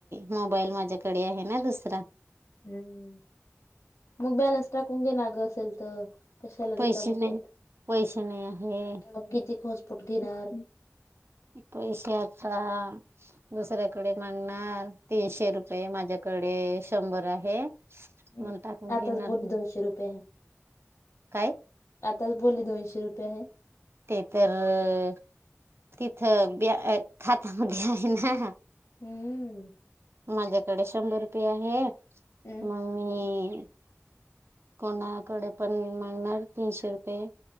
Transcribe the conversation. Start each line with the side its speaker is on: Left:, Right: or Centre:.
Right: मोबाईल माझ्याकडे आहे ना दुसरा
Left: हम्म मग बॅलन्स टाकून घे ना ग असेल तर कशाला रिकामा
Right: पैसे नाही
Left: करते
Right: पैसे नाही आहे
Left: मग किती घोसपोट घेणार
Right: पैशाचा दुसऱ्याकडे मागणार तीनशे रुपये माझ्याकडे शंभर आहे
Left: हम्म
Right: म्हण टाकून
Left: आताच
Right: घेणार
Left: बोलली दोनशे रुपये आहे
Right: काय
Left: आताच बोलली दोनशे रुपये आहे
Right: ते तर तिथं बी खात्यामध्ये आहे ना
Left: हम्म
Right: माझ्याकडे शंभर रुपये आहे
Left: हम्म
Right: मग मी कोणाकडे पण मांगणार तीनशे रुपये